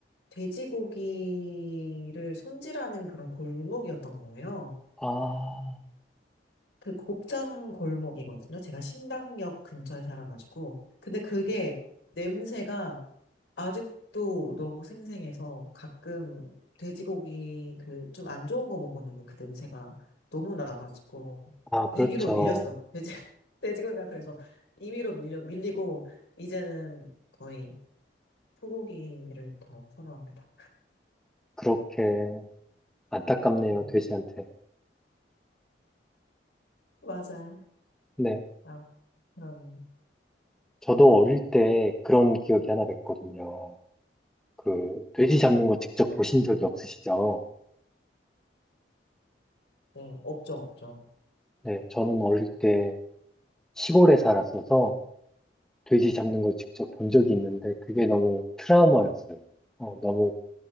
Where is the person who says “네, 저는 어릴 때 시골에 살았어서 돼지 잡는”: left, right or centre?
Centre